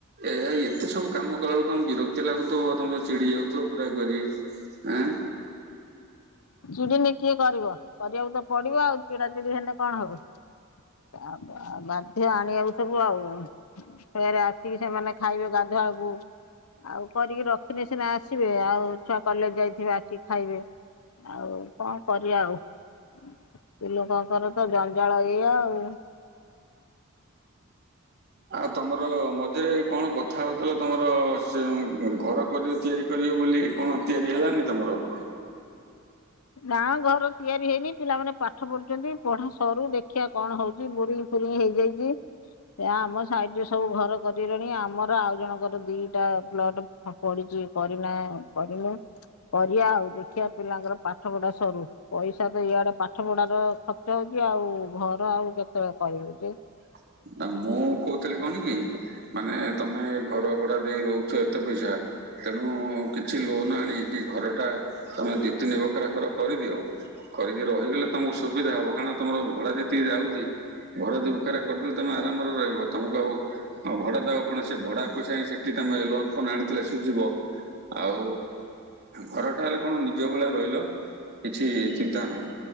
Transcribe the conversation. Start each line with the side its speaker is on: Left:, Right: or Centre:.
Right: ଏ ହେଁ ଏତେ ସବୁ କାମ କଲା ବେଳୁ ତମକୁ ବିରକ୍ତି ଲାଗୁଥିବ ତମେ ତ ଚିଡି ଯାଉଥିବ ପୁରା ଇଏ କରି ଆଁ।
Left: ଚିଡିନେ କିଏ କରିବ କରିବାକୁ ତ ପଡିବ ଆଉ ଚିଡ଼ାଚିଡି ହେନେ କଣ ହବ। ଆ ବାଧ୍ୟ ଆଣିବାକୁ ସବୁ ଆଉ। ଫରେ ଆସିକି ସେମାନେ ଖାଇବେ ଗାଧୁଆଲକୁ। ଆଉ କରିକି ରଖିନେ ସିନା ଆସିବେ ଆଉ ଛୁଆ କଲେଜ ଯାଇଥିବେ ଆସିକି ଖାଇବେ। ଆଉ କଣ କରିବା ଆଉ। ସ୍ତ୍ରୀ ଲୋକଙ୍କର ତ ଜଞ୍ଜାଳ ଏଇଆ ଆଉ।
Right: ଆଉ ତମର ମଝିରେ କଣ କଥା ହଉଥିଲ ତମର ସେ ଘର କରିବ ତିଆରି କରିବ ବୋଲି କଣ ତିଆରି ହେଲାନି ତମର।
Left: ନାଁ ଘର ତିଆରି ହେଇନି ପିଲାମାନେ ପାଠ ପଢୁଛନ୍ତି ପଢା ସରୁ ଦେଖିବା କଣ ହଉଛି ବ ଫୁନି ହେଇଯାଇଛି। ସେ ଆମ ସାଇଡ ରେ ସବୁ ଘର କରିଗଲେଣି ଆମର ଆଉ ଜଣଙ୍କର ଦିଟା ପ୍ଲଟ ପଡିଛି କରିନା କରିନୁ କରିବା ଆଉ ଦେଖିବା ପିଲାଙ୍କର ପାଠ ପଢା ସରୁ। ପଇସା ତ ଇଆଡେ ପାଠ ପଢାର ଖର୍ଚ୍ଚ ହଉଛି ଆଉ ଘର ଆଉ କେତେବେଳେ କରିବେ ଯେ।
Right: <unintelligible> ନା ମୁଁ କହୁଥିଲି କଣ କି ମାନେ ତମେ ଘର ଭଡା ଦେଇ ରହୁଛ ଏତେ ପଇସା ତେଣୁ କିଛି ଲୋନ ଆଣିକି ଘର ଟା ତମେ ତିନି ବଖରା ଘର କରିଦିଅ କରିକି ରହିଗଲେ ତମକୁ ସୁବିଧା ହବ କାରଣ ତମର ଭଡା ଯେତିକି ଯାଉଛି ଘରଦି ବଖରା କରିଦେଲେ ତମେ ଆରାମରେ ରହିବ ତମକୁ ଆଉ ଆଉ ଭଡା ଦବାକୁ ପଡିବନି ସେ ଭଡା ପଇସା ହିଁ ସେଠି ତମେ ଲୋନ ଫୋନ ଆଣିଥିଲେ ସୁଝିବ। ଆଉ ଘରଟା ହେଲେ କଣ ନିଜ ଭଳିଆ ରହିଲ କିଛି ଚିନ୍ତା ନାହିଁ